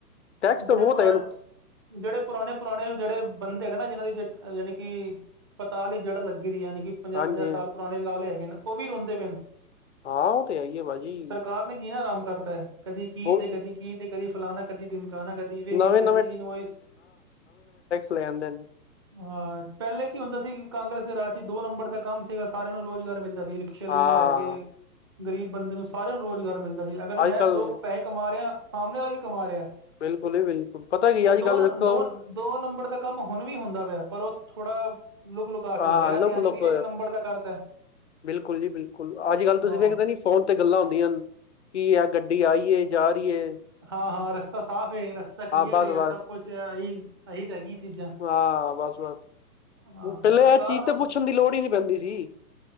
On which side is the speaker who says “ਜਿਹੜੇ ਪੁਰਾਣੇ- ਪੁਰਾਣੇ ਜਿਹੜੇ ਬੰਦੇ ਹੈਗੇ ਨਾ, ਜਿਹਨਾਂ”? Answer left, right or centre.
Right